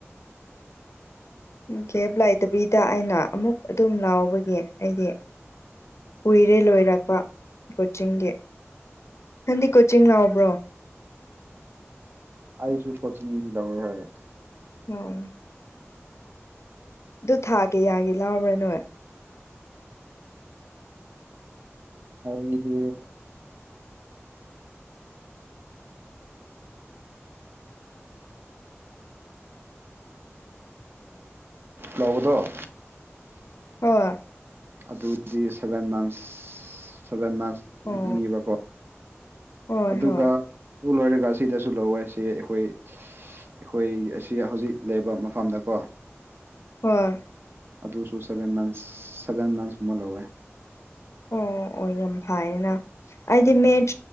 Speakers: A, on the left (about 70°); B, on the right (about 50°).
A: ꯀꯦꯕ ꯂꯩꯇꯕꯤꯗ ꯑꯩꯅ ꯑꯃꯨꯛ ꯑꯗꯨꯝ ꯂꯥꯎꯕꯒꯤ ꯑꯩꯗꯤ ꯀꯨꯏꯔꯦ ꯂꯣꯏꯔꯛꯄ ꯀꯣꯆꯤꯡꯒꯤ ꯅꯪꯗꯤ ꯀꯣꯆꯤꯡ ꯂꯥꯎꯕ꯭ꯔꯣ
B: ꯑꯩꯁꯨ ꯀꯣꯆꯤꯡꯗꯤ ꯂꯧꯌꯦ ꯍꯣꯢ
A: ꯑꯣ <inaudible> ꯑꯗꯨ ꯊꯥ ꯀꯌꯥꯒꯤ ꯂꯥꯎꯕ꯭ꯔꯥ ꯅꯣꯏ
B: ꯑꯩꯗꯤ ꯂꯧꯕꯗꯣ
A: ꯍꯣꯢ
B: ꯑꯗꯨꯗꯤ ꯁꯦꯚꯦꯟ ꯃꯟꯁ ꯁꯦꯚꯦꯟ ꯃꯟꯁ
A: ꯑꯣ
B: ꯅꯤꯕꯀꯣ
A: ꯍꯣꯏ
B: ꯑꯗꯨꯒ
A: ꯍꯣꯏ
B: ꯑꯗꯨ ꯂꯣꯏꯔꯒ ꯁꯤꯗꯁꯨ ꯂꯧꯋꯦ ꯁꯤ ꯑꯩꯈꯣꯏ ꯑꯩꯈꯣꯏ ꯑꯁꯤ ꯍꯧꯖꯤꯛ ꯂꯩꯕ ꯃꯐꯝꯗꯀꯣ
A: ꯍꯣꯏ
B: ꯑꯗꯨꯁꯨ ꯁꯕꯦꯟ ꯃꯟꯁ ꯁꯕꯦꯟ ꯃꯟꯁꯀꯨꯝꯕ ꯂꯧꯋꯦ
A: ꯑꯣ ꯑꯣ ꯌꯥꯝ ꯐꯥꯏꯌꯦꯅ ꯑꯩꯗꯤ ꯃꯦꯠ